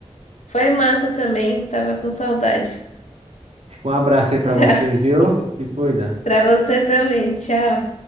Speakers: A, on the left; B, on the right.
A: Foi massa também, tava com saudade.
B: Fica um abraço
A: <laughs>
B: aí
A: Tchau.
B: pra você, viu? Se cuida.
A: Pra você também, tchau.